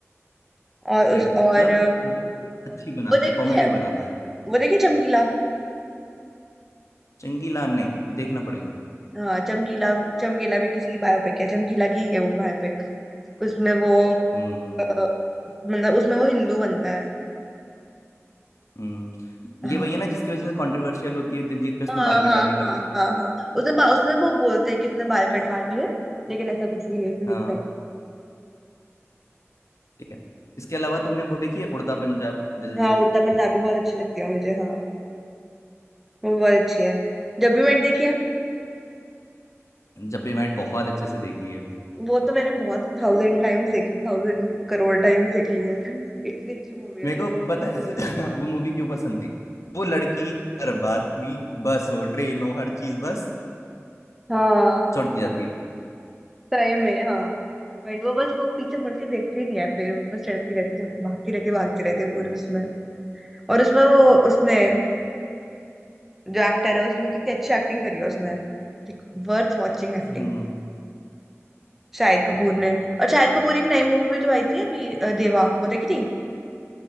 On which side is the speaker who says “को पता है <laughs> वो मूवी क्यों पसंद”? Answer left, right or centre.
Left